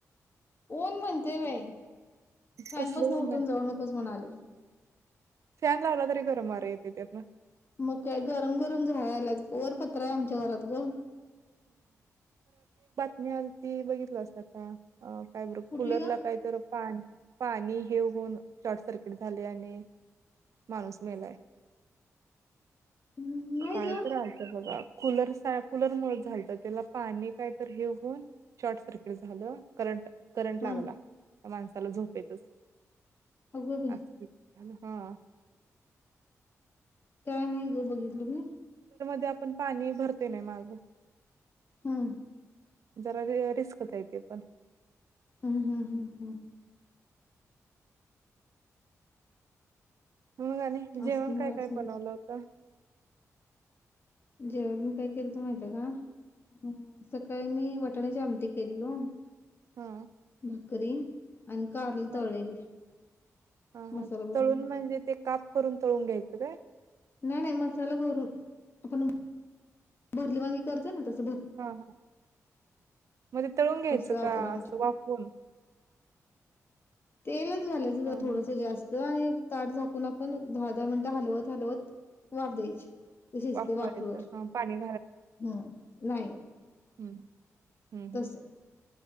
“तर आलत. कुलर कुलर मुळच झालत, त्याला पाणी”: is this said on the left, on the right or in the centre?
Right